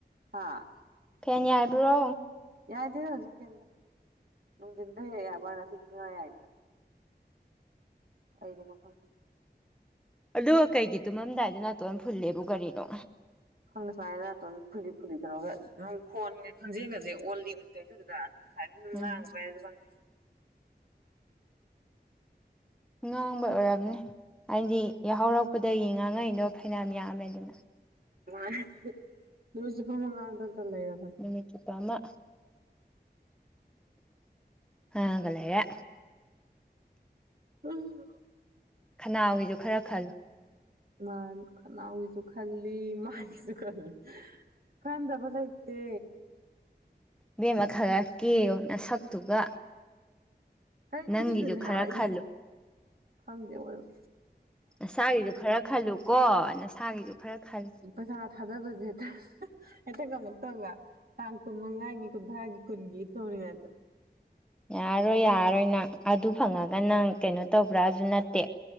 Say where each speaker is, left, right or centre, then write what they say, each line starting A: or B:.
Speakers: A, on the right; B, in the centre.
A: ꯍꯥꯥ
B: ꯐꯦꯟ ꯌꯥꯏꯕ꯭ꯔꯣ
A: ꯌꯥꯏꯗꯦꯗ ꯍꯧꯖꯤꯛ ꯐꯦꯟꯗꯣ ꯅꯨꯡꯊꯤꯟꯗ ꯍꯦꯍꯦꯛ ꯌꯥꯏꯕ ꯋꯥꯅꯤ ꯉꯁꯤꯗꯤ ꯁꯨꯡꯌꯥꯏ ꯌꯥꯏꯗ꯭ꯔꯦ ꯀꯩꯒꯤꯅꯣ ꯈꯪꯗꯦ
B: ꯑꯗꯨꯒ ꯀꯩꯒꯤ ꯇꯨꯝꯃꯝꯗꯥꯏꯗ ꯅꯥꯇꯣꯟ ꯐꯨꯜꯂꯦꯕꯨ ꯀꯔꯤꯅꯣ
A: ꯈꯪꯅ ꯁꯨꯃꯥꯏꯅ ꯅꯥꯇꯣꯟ ꯐꯨꯜꯂꯤ ꯐꯨꯜꯂꯤ ꯇꯧꯔꯒ ꯑꯗꯨꯝ ꯈꯣꯟꯒ ꯈꯣꯟꯖꯦꯜꯒꯁꯦ ꯑꯣꯜꯂꯤ ꯑꯣꯜꯂꯤ ꯇꯧꯏꯖꯦꯗꯨꯗ ꯉꯁꯥꯏꯗꯩ ꯑꯗꯨꯝ
B: ꯎꯝ
A: ꯉꯥꯡꯉꯨꯕꯩꯔꯥ ꯈꯪꯗꯦ
B: ꯉꯥꯡꯕꯩ ꯑꯣꯏꯔꯝꯅꯤ ꯍꯥꯏꯗꯤ ꯌꯥꯍꯧꯔꯛꯄꯗꯒꯤ ꯉꯥꯡꯉꯛꯏꯗꯣ ꯐꯩꯅꯥꯝ ꯌꯥꯝꯃꯦꯗꯅ
A: ꯃꯥꯅꯤ ꯅꯨꯃꯤꯠ ꯆꯨꯞꯄꯥꯃꯥ ꯉꯥꯡꯗꯅꯇ ꯂꯩꯔꯕꯅꯤ
B: ꯅꯨꯃꯤꯠ ꯆꯨꯞꯄ ꯑꯃꯥ ꯉꯥꯡꯉꯒ ꯂꯩꯔꯦ
A: ꯎꯝ
B: ꯈꯅꯥꯎꯒꯤꯁꯨ ꯈꯔ ꯈꯜꯂꯨ
A: ꯃꯥꯅꯤ ꯈꯅꯥꯎꯒꯤꯁꯨ ꯈꯜꯂꯤ ꯃꯥꯏꯒꯤꯁꯨ ꯈꯜꯂꯤ ꯈꯟꯗꯕ ꯂꯩꯇꯦ
B: ꯏꯕꯦꯝꯃ ꯈꯔ ꯀꯦꯌꯣ ꯅꯁꯛꯇꯨꯒ
A: ꯀꯩꯅꯣ
B: ꯅꯪꯒꯤꯁꯨ
A: ꯀꯦꯗꯣꯏꯁꯦ
B: ꯈꯔ
A: ꯍꯥꯏꯕ ꯑꯩ
B: ꯈꯜꯂꯨ
A: ꯈꯪꯗꯦ ꯑꯋꯣꯏꯕ
B: ꯅꯁꯥꯒꯤꯁꯨ ꯈꯔ ꯈꯜꯂꯨꯀꯣ ꯅꯁꯥꯒꯤꯁꯨ ꯈꯔ ꯈꯜꯂꯨ
A: ꯄꯩꯁꯥ ꯊꯥꯗꯕꯁꯦ ꯍꯦꯛꯇ ꯍꯦꯛꯇ ꯉꯝꯃꯛꯇꯕ ꯇꯥꯡ ꯀꯨꯟ ꯃꯉꯥꯒꯤ ꯀꯨꯟꯊꯔꯥꯒꯤ ꯀꯨꯟꯒꯤ ꯇꯧꯔꯤꯉꯥꯏꯗ
B: ꯌꯥꯔꯣꯏ ꯌꯥꯔꯣꯏ ꯅꯪ ꯑꯗꯨ ꯐꯪꯉꯒ ꯅꯪ ꯀꯩꯅꯣ ꯇꯧꯕ꯭ꯔꯥꯖꯨ ꯅꯠꯇꯦ